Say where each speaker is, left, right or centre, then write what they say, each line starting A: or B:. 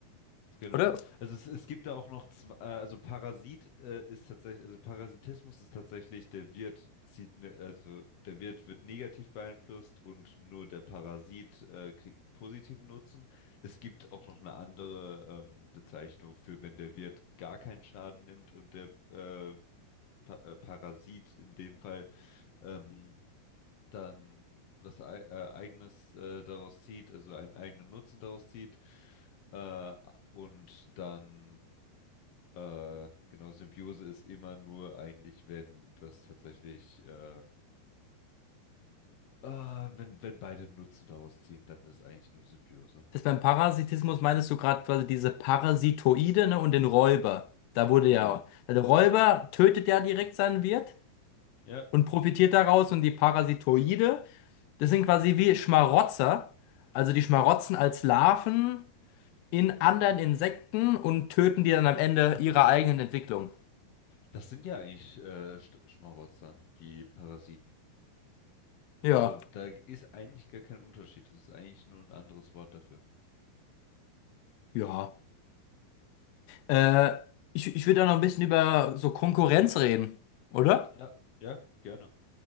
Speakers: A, on the left; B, on the left.
A: Genau.
B: oder?
A: Also es, es gibt da auch noch zwei, äh, also Parasit äh, ist tatsächlich, also Parasitismus ist tatsächlich, der Wirt zieht, ne, also der Wirt wird negativ beeinflusst und nur der Parasit äh, kriegt einen positiven Nutzen. Es gibt auch noch eine andere ähm, Bezeichnung für, wenn der Wirt gar keinen Schaden nimmt und der äh, pa äh, Parasit in dem Fall ähm, dann was ei äh, eigenes äh, daraus zieht, also einen eigenen Nutzen daraus zieht. Äh, und dann äh, genau, Symbiose ist immer nur eigentlich, wenn das tatsächlich, äh, ah, wenn, wenn beide Nutzen daraus ziehen, dann ist eigentlich nur Symbiose.
B: Das beim Parasitismus meinst du gerade quasi diese Parasitoide, ne, und den Räuber. Da wurde
A: Genau.
B: ja, der Räuber tötet ja direkt seinen Wirt
A: Ja,
B: und profitiert daraus und die Parasitoide, das sind quasi wie Schmarotzer. Also die schmarotzen als Larven in anderen Insekten und töten die dann am Ende ihrer eigenen Entwicklung.
A: das sind ja eigentlich äh, Sch- Schmarotzer, die Parasiten.
B: Ja,
A: Also da ist eigentlich gar kein Unterschied. Das ist eigentlich nur ein anderes Wort dafür.
B: ja. Äh, ich, ich würde da noch ein bisschen über so Konkurrenz reden, oder?
A: Ja, ja, gerne.